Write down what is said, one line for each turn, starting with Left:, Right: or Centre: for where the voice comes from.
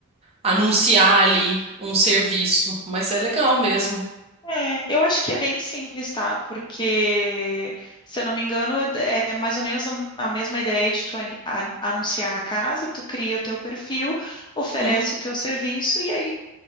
Right: anunciar ali um serviço, mas é legal mesmo.
Left: É, eu acho que é bem simples, tá? Porque, se eu não me engano, é mais ou menos a a mesma ideia de tu ani- a- anunciar a casa, tu cria o teu perfil, oferece
Right: Uhum.
Left: o teu serviço e aí,